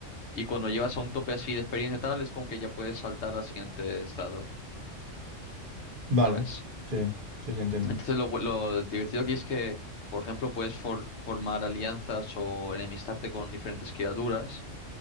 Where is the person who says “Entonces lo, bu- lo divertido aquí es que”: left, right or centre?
Left